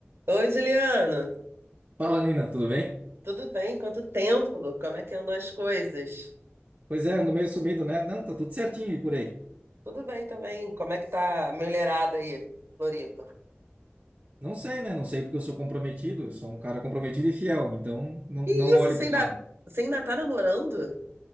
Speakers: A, on the right; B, on the right.
A: Oi, Juliano,
B: Fala, Nina, tudo bem?
A: tudo bem? Quanto tempo? Como é que andam as coisas?
B: Pois é, ando meio sumido, né? Não, tá tudo certinho e por aí.
A: Tudo bem também. Como é que tá a mulherada aí, Floripa?
B: Não sei, né? Não sei porque eu sou comprometido, eu sou um cara comprometido e fiel, então não,
A: Que
B: não
A: isso?
B: olho
A: Você
B: pro
A: ainda,
B: lado.
A: você ainda tá namorando?